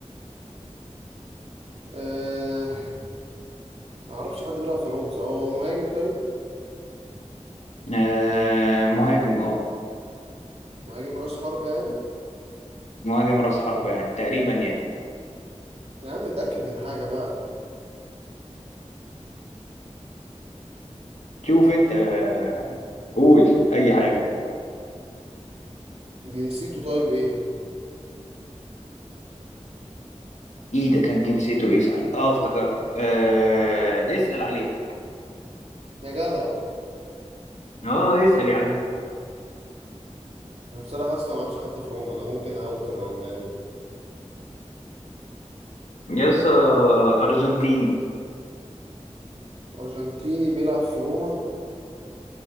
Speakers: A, on the right; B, on the left.
A: أه... ما اعرفش حد بيلعب في روما سواء هو مهاجم طيب
B: آه مهاجم اه
A: مهاجم راس حربة يعني
B: مهاجم راس حربة يعني تقريبا يعني
A: يا عم اتاكد من حاجه بقى
B: شوف انت آه قول اي حاجة
A: جنسيته طيب ايه
B: ايه ده كان جنسيته ايه صحيح اه افتكرت آه اسأل عليه
A: يا جدع
B: اه اسأل يا عم
A: انا بصراحه اصلا ما اعرفش حد في روما انا ممكن اوت الراوند ده
B: يسا ارجنتيني
A: أرجنتيني بيلعب في روما